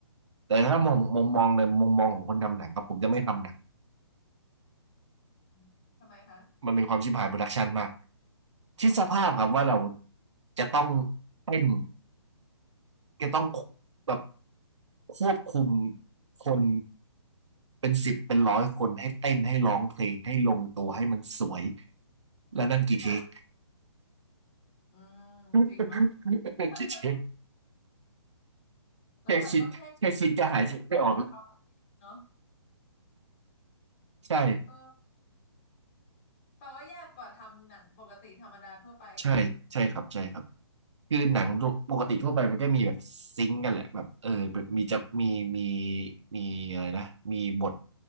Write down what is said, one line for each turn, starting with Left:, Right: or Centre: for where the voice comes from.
Right: แต่ถ้ามองมองมองในมุมมองของคนทำหนังครับผมจะไม่ทำหนัง
Left: อืมทำไมคะ
Right: มันเป็นความชิบหายโปรดักชันมากคิดสภาพครับว่าเราจะต้องเต้นจะต้องแบบควบคุมคนเป็นสิบเป็นร้อยคนให้เต้นให้ร้องเพลงให้ลงตัวให้มันสวยแล้วนั่นกี่เทค
Left: ค่ะอืมจริงเนาะ
Right: <laughs> นั่น <laughs>
Left: <laughs>
Right: กี่เทค
Left: แล้วแบบต้องให้
Right: แค่คิดแค่คิดก็หายใจไม่ออกแล้ว
Left: มันเป็นเนาะ
Right: ใช่
Left: ก็แปลว่ายากกว่าทำหนังปกติธรรมดาทั่วไป
Right: ใช่ใช่ครับใช่ครับ คือหนังปกติทั่วไปมันก็มีแบบซิงก์กันแหละแบบเออแบบมีจะมีมีมีอะไรนะมีบท